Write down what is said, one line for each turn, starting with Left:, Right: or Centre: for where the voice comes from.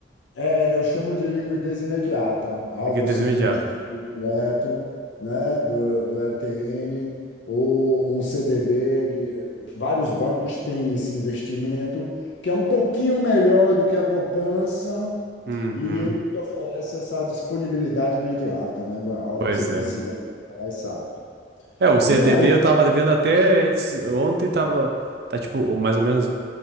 Left: É, Eu chamo de liquidez imediata, algo
Right: Liquidez
Left: assim
Right: imediata.
Left: como título direto, né, do, do LTN, ou um CDB. De, vários bancos têm esse investimento, que é um pouquinho melhor do que a poupança,
Right: Uhum.
Left: e ele te oferece essa disponibilidade imediata, né? A hora
Right: Pois
Left: que você precisar,
Right: é.
Left: você vai lá e sabe.
Right: É, o CDB
Left: E aí,
Right: eu tava devendo até antes- ontem tava, tá tipo mais ou menos